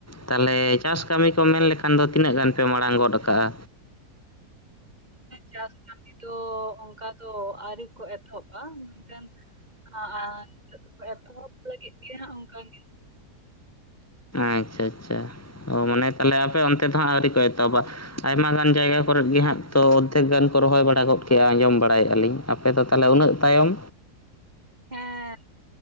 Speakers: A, on the left; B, on the right.
A: ᱛᱟᱦᱚᱞᱮ ᱪᱟᱥ ᱠᱟᱹᱢᱤ ᱠᱚ ᱢᱮᱱ ᱞᱮᱠᱷᱟᱱ ᱫᱚ ᱛᱤᱱᱟᱹᱜ ᱜᱟᱱ ᱯᱮ ᱢᱟᱲᱟᱝ ᱜᱚᱫ ᱠᱟᱜᱼᱟ᱾
B: ᱪᱟᱥ ᱠᱟᱹᱢᱤ ᱫᱚ ᱚᱱᱠᱟ ᱫᱚ ᱟᱹᱣᱨᱤ ᱠᱚ ᱮᱛᱚᱦᱚᱵᱟ ᱢᱮᱱᱠᱷᱟᱱ ᱟᱨ ᱮᱛᱚᱦᱚᱵ ᱞᱟᱹᱜᱤᱫ ᱜᱮᱦᱟᱸᱜ ᱚᱱᱠᱟ ᱜᱮ
A: ᱟᱪᱷᱟ-ᱟᱪᱷᱟ ᱚ ᱢᱟᱱᱮ ᱛᱟᱦᱚᱞᱮ ᱟᱯᱮ ᱚᱱᱛᱮ ᱫᱚᱦᱟᱸᱜ ᱟᱹᱣᱨᱤ ᱠᱚ ᱮᱛᱚᱦᱚᱵᱟ ᱟᱭᱢᱟ ᱜᱟᱱ ᱡᱟᱭᱜᱟ ᱠᱚᱨᱮᱫ ᱜᱮ ᱦᱟᱸᱜ ᱛᱚ ᱚᱫᱽᱫᱷᱮᱠ ᱜᱟᱱ ᱠᱚ ᱨᱚᱦᱚᱭ ᱵᱟᱲᱟ ᱜᱚᱫ ᱠᱮᱜᱼᱟ ᱟᱸᱡᱚᱢ ᱵᱟᱲᱟᱭᱮᱫᱼᱟᱞᱤᱧ ᱟᱯᱮ ᱫᱚ ᱛᱟᱦᱚᱞᱮ ᱩᱱᱟᱹᱜ ᱛᱟᱭᱚᱢ
B: ᱦᱮᱸᱻ